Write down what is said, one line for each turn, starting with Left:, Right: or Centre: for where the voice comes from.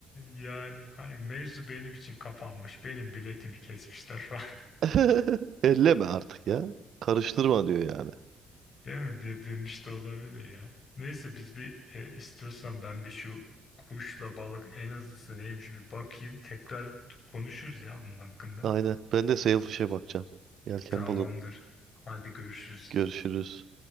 Left: Yani hani mevzu benim için kapanmış. Benim biletimi kesmişler falan.
Right: <laughs> Elleme artık ya. Karıştırma diyor yani.
Left: <laughs> Değil mi? De, demiş de olabilir ya. Neyse biz bir e, istiyorsan ben bir şu kuşla balık en azısı neymiş bir bakayım. Tekrar konuşuruz ya bunun hakkında.
Right: Aynen. Ben de Sailfish'e bakacağım. Yelken
Left: Tamamdır.
Right: balığına.
Left: Hadi görüşürüz.
Right: Görüşürüz.